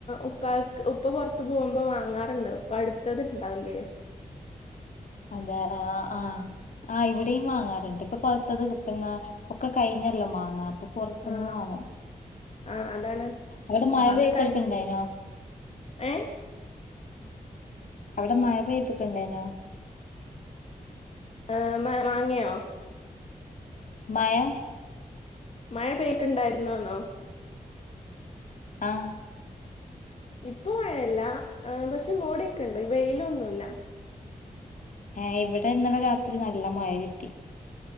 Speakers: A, on the left (about 45°); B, on the left (about 65°).
A: ഉപ്പാക്ക് ഉപ്പ പൊറത്ത് പോവുമ്പോ വാങ്ങാറ്ണ്ട് പഴുത്തത് ഇണ്ടാവുല്ലേ
B: അതെ ആഹ് ആ അ ഇവിടെയും വാങ്ങാറ്ണ്ട് പ്പൊ പഉത്തത് <unintelligible> പ്പൊക്കെ കഴിഞ്ഞല്ലോ മാങ്ങാപൊ പൊറത്ത്ന്ന്
A: ആഹ്
B: വാങ്ങും
A: ആഹ് അതാണ്
B: അവിടെ മഴപെയ്തെടുക്കണ്ടായിനോ
A: മാങ്ങ കഴി ഏ
B: അവിടെ മഴ പെയ്ത്ക്ക്ണ്ടായിനോ
A: ആ മാ വാങ്യോ
B: മയ
A: മഴ പെയ്ട്ടുണ്ടായിരുന്നോന്നോ
B: ആഹ്
A: ഇപ്പൊ മഴല്ല പക്ഷെ മൂടിയൊക്കെ ഇണ്ട്ഈ വെയിലൊന്നുല്ല
B: ഹേ ഇവിടെ ഇന്നലെ രാത്രി നല്ല മഴ കിട്ടി